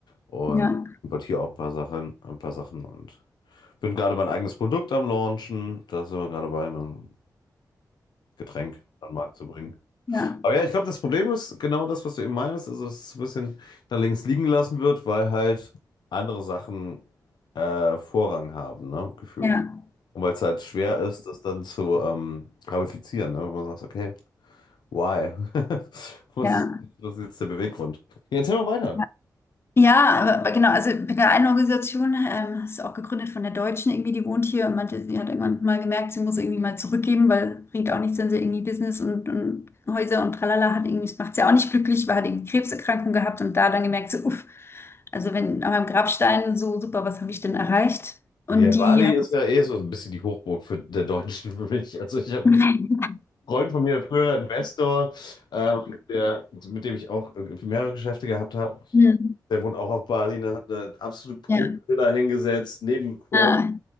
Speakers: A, on the left (about 80°); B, on the left (about 35°).
A: Und
B: Ja.
A: importiere auch ein paar Sachen, ein paar Sachen und bin gerade mein eigenes Produkt am Launchen. Da sind wir gerade bei einem Getränk an den Markt zu bringen.
B: Ja.
A: Aber ja, ich glaube, das Problem ist genau das, was du eben meinst, also dass es ein bisschen da links liegen gelassen wird, weil halt andere Sachen äh, Vorrang haben, ne? Gefühlt.
B: Ja.
A: Und weil es halt schwer ist, das dann zu ähm, ramifizieren, ne? Wenn man sagt, okay. Why? <laughs> Was
B: Ja.
A: ist, was ist jetzt der Beweggrund? Ja, erzähl mal weiter.
B: Ja. Ja, aber aber genau, also bei der einen Organisation, ähm, ist auch gegründet von der Deutschen irgendwie, die wohnt hier und meinte, sie hat irgendwann mal gemerkt, sie muss irgendwie mal zurückgeben, weil bringt auch nichts, wenn sie irgendwie Business und, und Häuser und tralala hat, irgendwie, das macht sie auch nicht glücklich, weil hat irgendwie Krebserkrankung gehabt und da dann gemerkt, so, uff, also wenn an meinem Grabstein so super, was habe ich denn erreicht? Und
A: Ja, Bali
B: die hat
A: ist ja eh so ein bisschen die Hochburg für der Deutschen für mich. Also ich habe einen
B: <laughs>
A: Freund von mir, früherer Investor, ähm, der, mit dem ich auch äh, mehrere Geschäfte gehabt habe.
B: Ja.
A: Der wohnt auch auf Bali, ne, hat eine absolute Prunkvilla
B: Ja.
A: hingesetzt, neben Crow,
B: Ah,